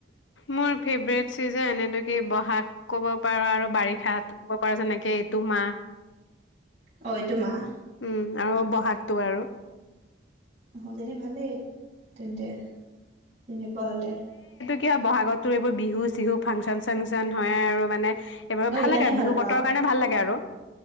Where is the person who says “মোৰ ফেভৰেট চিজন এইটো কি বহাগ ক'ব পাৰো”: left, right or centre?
Left